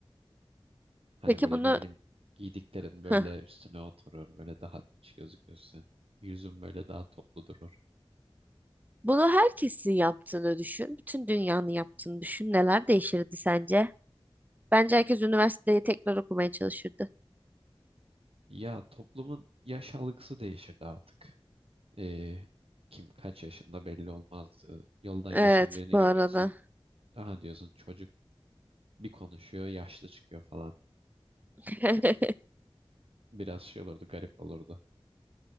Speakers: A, on the right; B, on the right.
A: Hani
B: Peki
A: böyle
B: bunu
A: ne bileyim giydiklerin
B: hıh,
A: böyle üstüne oturur böyle daha dinç gözüküyorsun. Yüzün böyle daha toplu durur.
B: bunu herkesin yaptığını düşün. Bütün dünyanın yaptığını düşün. Neler değişirdi sence? Bence herkes üniversiteyi tekrar okumaya çalışırdı.
A: Ya toplumun yaş algısı değişirdi artık. Ee, kim kaç yaşında belli olmaz. Ee, Yoldan
B: Evet
A: geçen birini
B: bu
A: görüyorsun.
B: arada.
A: Aha diyorsun çocuk bir konuşuyor, yaşlı çıkıyor falan.
B: <laughs>
A: Biraz şey olurdu, garip olurdu.